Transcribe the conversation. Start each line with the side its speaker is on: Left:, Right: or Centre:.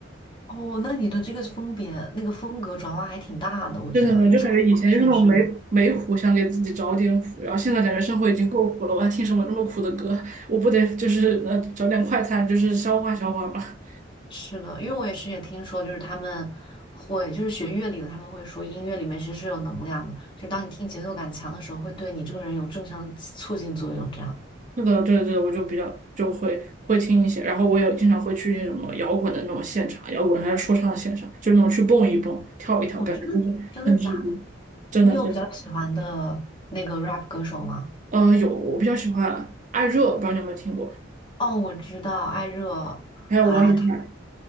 Left: 哦，那你的这个风别那个风格转化还挺大的，我觉得，
Right: 真的，
Left: 因为这完全是
Right: 就感觉以前就是那种没没苦，想给自己找点苦，然后现在感觉生活已经够苦了，我还听什么这么苦的歌？我不得就是呃找点快餐，就是消化消化吧。
Left: 是的，因为我也是也听说，就是他们会，就是学乐理的，他们会说音乐里面其实是有能量的，就当你听节奏感强的时候，会对你这个人有正向的促进作用。这样，
Right: <laughs> 那个，对对，我就比较就会会听一些，然后我也经常会去一些什么摇滚的那种现场，摇滚还有说唱的现场，就是那种去蹦一蹦、跳一跳，
Left: 哦，
Right: 感觉就是很治愈。
Left: 真的真的假的？
Right: 真的是，
Left: 你有比较喜欢的那个 rap 歌手吗？
Right: 呃，有我比较喜欢艾热，不知道你有没有听过，
Left: 哦，我知道艾热啊，
Right: 还有王以太，
Left: 他